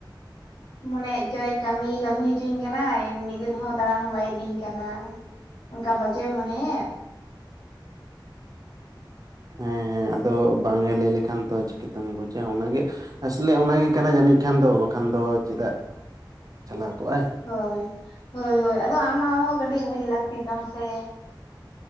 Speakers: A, on the left (about 80°); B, on the right (about 50°).
A: ᱢᱚᱱᱮ ᱪᱚᱭ ᱠᱟᱹᱢᱤ ᱜᱮ ᱠᱟᱹᱢᱤ ᱦᱚᱪᱚᱧ ᱠᱟᱱᱟᱭ ᱢᱤᱫ ᱫᱤᱱ ᱦᱚᱸ ᱫᱟᱬᱟᱱ ᱦᱚᱸ ᱵᱟᱭ ᱤᱫᱤᱧ ᱠᱟᱱᱟ ᱚᱝᱠᱟ ᱵᱟᱪᱚᱭ ᱢᱟᱱᱮ ᱮᱜ
B: ᱦᱮᱸ ᱦᱮᱸ ᱟᱫᱚ ᱵᱟᱝ ᱮ ᱞᱟᱹᱭ ᱞᱮᱠᱷᱟᱱ ᱛᱚ ᱪᱤᱠᱟᱹᱛᱮᱢ ᱵᱩᱡᱟ ᱚᱱᱟᱜᱮ ᱟᱥᱚᱞᱮ ᱚᱱᱟᱜᱮ ᱠᱟᱱᱟ ᱡᱟᱹᱱᱤᱡ ᱠᱷᱟᱱ ᱫᱚ ᱵᱟᱠᱷᱟᱱ ᱫᱚ ᱪᱮᱫᱟᱜ ᱪᱟᱞᱟᱣ ᱠᱚᱜᱼᱟ
A: ᱦᱳᱭ ᱦᱳᱭ ᱦᱳᱭ ᱟᱫᱚ ᱟᱢᱟᱜ ᱦᱚᱸ ᱠᱟᱹᱴᱤᱡ ᱵᱩᱡᱽ ᱞᱟᱹᱠᱛᱤ ᱛᱟᱢ ᱥᱮ